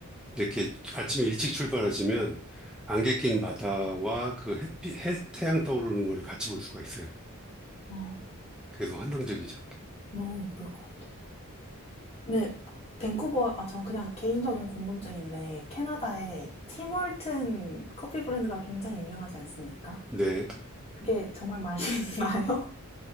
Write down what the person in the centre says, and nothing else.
이렇게 아침에 일찍 출발하시면 안개 낀 바다와 그 햇빛, 해, 태양 떠오르는 거를 같이 볼 수가 있어요.
그래서 환상적이죠.
네.